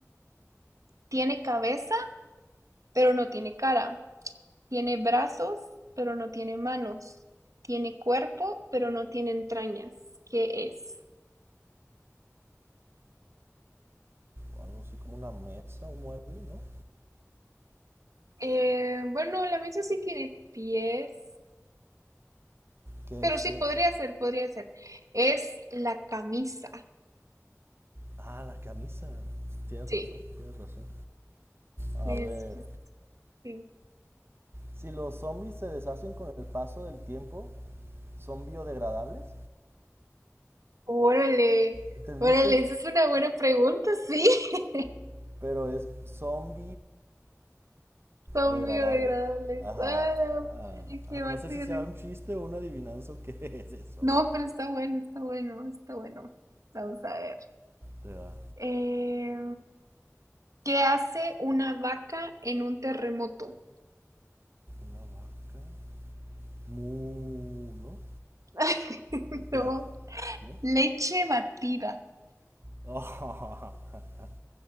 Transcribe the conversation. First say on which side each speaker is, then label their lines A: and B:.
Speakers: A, on the right; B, on the right.
A: Tiene cabeza, pero no tiene cara. Tiene brazos, pero no tiene manos. Tiene cuerpo, pero no tiene entrañas. ¿Qué es?
B: O algo así como una mesa, un mueble, ¿no?
A: Eh, bueno, la mesa sí tiene pies,
B: ¿Qué
A: pero
B: es?
A: sí,
B: ¿Qué
A: podría
B: es?
A: ser, podría ser. Es la camisa,
B: Ah, la camisa. Tienes
A: sí,
B: razón, tienes razón. A
A: sí,
B: ver.
A: es- sí, sí.
B: Si los zombies se deshacen con el paso del tiempo, ¿son biodegradables?
A: Órale,
B: ¿Entendiste?
A: órale, esa es una buena pregunta, sí. <laughs>
B: <laughs> Pero es son
A: Son
B: biodegradables.
A: biodegradables.
B: Ajá.
A: ¡Ah, la madre,
B: ah,
A: qué
B: ah,
A: bater!
B: no sé si sea un chiste o una adivinanza o qué <laughs> es eso.
A: No,
B: Ujú.
A: pero está bueno, está bueno, está bueno. Vamos a ver.
B: Te va.
A: Eh, ¿qué hace una vaca en un terremoto?
B: Una vaca. Mu, ¿no?
A: <laughs>
B: ¿O
A: No,
B: ¿Qué hace? ¿No?
A: leche batida.
B: <laughs>